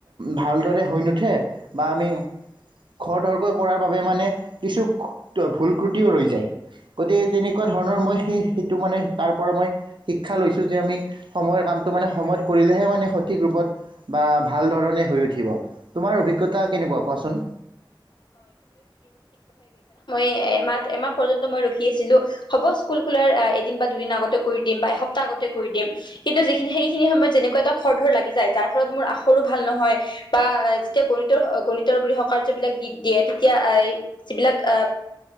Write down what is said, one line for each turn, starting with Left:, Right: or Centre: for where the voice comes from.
Right: ভালদৰে হৈ নুঠে বা আমি খৰধৰকৈ কৰাৰ বাবে মানে কিছু ভুল ক্ৰু টিও ৰৈ যায়। গতিকে তেনেকুৱা ধৰণৰ মই সেই- সেইটো মানে, তাৰ পৰা মই শিক্ষা লৈছোঁ যে আমি সময়ৰ কামটো মানে সময়ত কৰিলেহে মানে সঠিক ৰূপত বা ভালধৰণে হৈ উঠিব। তোমাৰ অভিজ্ঞতা কেনেকুৱা? কোৱাচোন।
Left: এ মাহ এমাহ পৰ্যন্ত মই ৰখি আছিলোঁ। হ'ব, স্কুল খোলাৰ এদিন বা দুদিন আগতে কৰি দিম বা এসপ্তাহ আগতে কৰি দিম। কিন্তু যিখিনি- সেইখিনি সময়ত যেনেুকুৱা এটা খৰধৰ লাগি যায়, যাৰ ফলত মোৰ আখৰো ভাল নহয় বা যেতিয়া গণিতৰ- গণিতৰ গৃহকাৰ্য বিলাক দিত- দিয়ে, তেতিয়া অ'- এই যিবিলাক অ'